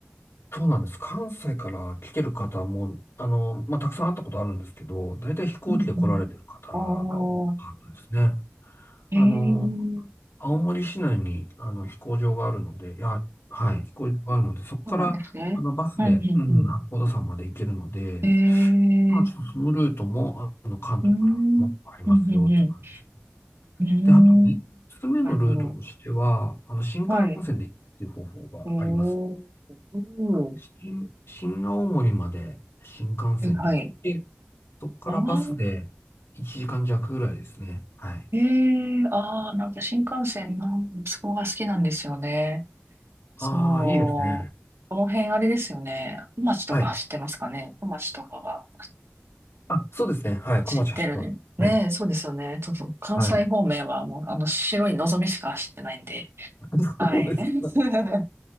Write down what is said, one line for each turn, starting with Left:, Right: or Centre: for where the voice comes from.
Left: そうなんです。関西から来てる方も、あの、まあ、たくさん会ったことあるんですけど、大体飛行機で来られてる方が多かったですね。
Right: うんうん。おお、へえ、
Left: あの、
Right: うん
Left: 青森市内に、あの、飛行場があるので、いや、はい、飛行場があるので、そこから、
Right: そうなんですね。
Left: あの、バスで、
Right: うん、うん、
Left: うん、
Right: うん。
Left: 八甲田山まで行けるので、
Right: へえ、
Left: まあ、ちょっとそのルートも、あの、関東からもありますよって感じです。
Right: うん、うん、うん、うん。うん
Left: で、あと3つ目のルートとしては、
Right: なるほど。
Left: あの、新幹線で行くっていう方法があります。
Right: はい。おお。うん。
Left: 新、新青森まで新幹線で行って、
Right: はい、はい。
Left: そこからバスで1時間弱ぐらいですね。
Right: ああ、
Left: はい。
Right: へえ、ああ、なんか新幹線の息子が好きなんですよね。
Left: ああ、
Right: そう。
Left: いいですね。
Right: この辺あれですよね。小町とか走ってますかね。
Left: はい。
Right: 小町とかが
Left: あ、そうですね。はい。
Right: 走ってる。
Left: 小町走ってます。
Right: ねえ、
Left: はい。
Right: そうですよね。そうそう。関西方面はもうあの白いのぞみしか走ってないんで。
Left: はい。<laughs>
Right: はい。
Left: そうですか。
Right: <laughs>